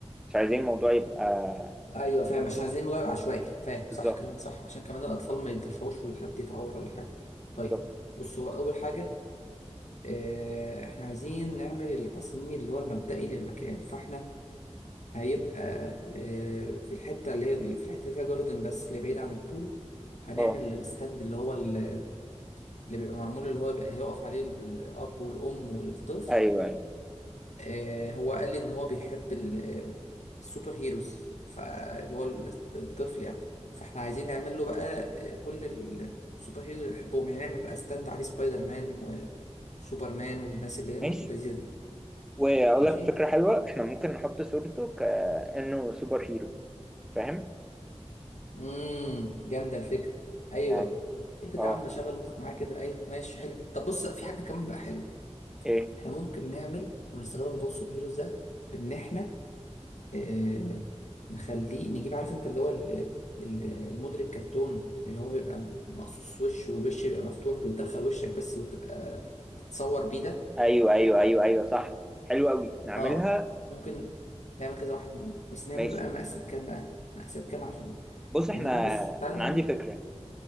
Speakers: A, in the centre; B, on the left.
A: مش عايزين الموضوع يبقى
B: ايوه فاهم عشان عايزين نغير عشوائي فاهم صح
A: بالظبط
B: كلامك صح عشان كمان الاطفال ما يتدفعوش وحد يتعور ولا حاجه طيب
A: بالظبط
B: بص هو اول حاجه آه، احنا عايزين نعمل التصميم اللي هو المبدئي للمكان فاحنا هيبقى آه، في الحتة اللي هي في الحتة اللي فيها جاردن بس اللي بعيد عن البول هنعمل
A: اه
B: الستاند اللي هو اللي اللي بيبقى معمول اللي هو بيبقى هيقف عليه الأب والأم والطفل
A: ايوه ايوه
B: آه، هو قال لي إن هو بيحب ال- آه، السوبر هيروز فاللي هو الطفل يعني فاحنا عايزين نعمل له بقى آه، كل السوبر هيروز اللي بيحبهم يعني نعمل بقى ستاند عليه سبايدر مان وسوبر مان والناس اللي هي اللذيذة
A: ماشي
B: دي
A: واقول
B: ماشي
A: لك فكرة حلوة احنا ممكن نحط صورته كأنه سوبر هيرو فاهم
B: امم جامده الفكره ايوه
A: يعني
B: ايه كده
A: اه
B: يا عم شغل مخك معايا كده ايوه ماشي حلو طب بص في حاجه كمان بقى حلوه
A: ايه
B: احنا ممكن نعمل ونستغل موضوع السوبر هيروز ده بان احنا آه نخليه نجيب عارف انت اللي هو ال- ال- الموديل الكرتون اللي هو بيبقى مقصوص وش والوش بيبقى مفتوح بتدخل وشك بس وتبقى تتصور بيه ده
A: ايوه ايوه ايوه ايوه صح حلو قوي نعملها
B: اه ممكن نعمل كذا واحد منه بس نعمل
A: ماشي
B: بقى مقاسات كام بقى مقاسات كام عشان
A: بص
B: يعني
A: احنا
B: هو بص تعالى
A: انا
B: نعمل
A: عندي فكره